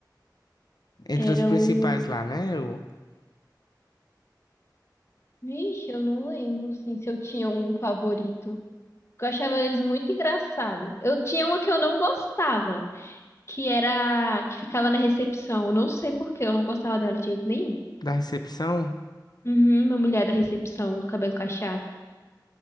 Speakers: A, on the left (about 60°); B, on the left (about 35°).
A: Entre
B: Era
A: os principais
B: o.
A: lá, né? O
B: Vixe, eu não lembro, assim, se eu tinha um favorito. Eu achava eles muito engraçados. Eu tinha uma que eu não gostava, que era. que ficava na recepção. Eu não sei por quê, eu não gostava dela de jeito nenhum.
A: da recepção.
B: Uhum, uma mulher da recepção, com cabelo cacheado.